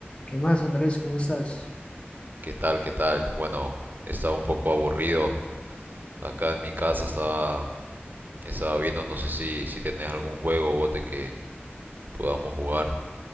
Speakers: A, on the left (about 30°); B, on the right (about 50°).
A: ¿Qué más, Andrés? ¿Cómo estás?
B: ¿Qué tal? ¿Qué tal? Bueno, estaba un poco aburrido. Acá en mi casa estaba, estaba viendo, no sé si, si tenés algún juego vos de que podamos jugar.